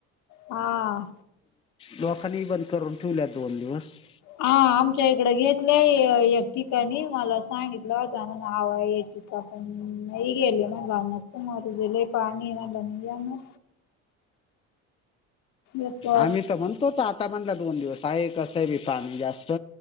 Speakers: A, on the left (about 70°); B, on the left (about 20°).
A: हा.
B: लोकांनीही बंद करून ठेवल्या दोन दिवस.
A: हा आमच्या इकडे घेतलंय य एक ठिकाणी मला सांगितलं होत मन आवाय येते का पण नई गेले, म्हणलं नको मरूदे लई पाणी हे म्हणलं नई जाणार. एक
B: आम्ही तर म्हणत होतो आता म्हणल दोन दिवस आहे कसं बी पाणी जास्त.